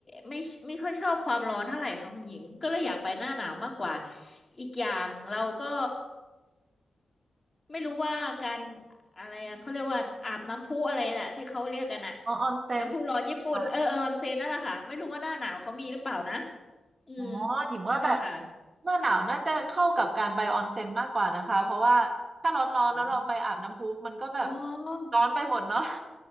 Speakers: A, on the left (about 25°); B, on the right (about 35°).
A: ไม่ไม่ค่อยชอบความร้อนเท่าไหร่ค่ะคุณหญิงก็เลยอยากไปหน้าหนาวมากกว่าอีกอย่างเราก็ไม่รู้ว่าการอะไรอะเขาเรียกว่าอาบน้ำพุอะไรน่ะที่เขาเรียกกันอะ
B: อ๋อออนเซ็น
A: น้ำพุร้อนญี่ปุ่นเออเออออนเซ็นนั่นแหละค่ะไม่รู้ว่าหน้าหนาวเขามีหรือเปล่านะ
B: ค่ะ
A: อืม
B: อ๋อหญิงว่าแบบ
A: นั่นแหละค่ะ
B: หน้าหนาวน่าจะเข้ากับการไปออนเซ็นมากกว่านะคะเพราะว่าถ้าร้อนๆแล้วเราไปอาบน้ำพุมันก็แบบ
A: อืมอ๋อ
B: ร้อนไปหมดเนาะ